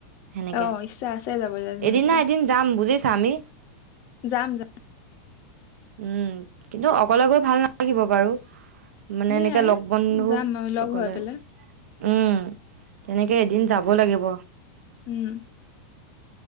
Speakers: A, on the right (about 85°); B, on the left (about 40°).
A: সেনেকে।
B: অ', ইচ্ছা আছে যাবলৈ। তেনেকে
A: এদিন না এদিন যাম বুজিছা আমি?
B: যাম যা
A: উম, কিন্তু অকলে গৈ ভাল নালাগিব বাৰু। মানে
B: সেয়াই
A: এনেকে লগ বন্ধু
B: যাম আৰু লগ
A: লৈগলে।
B: হৈ পেলাই
A: উম, তেনেকে এদিন যাব লাগিব।
B: উম।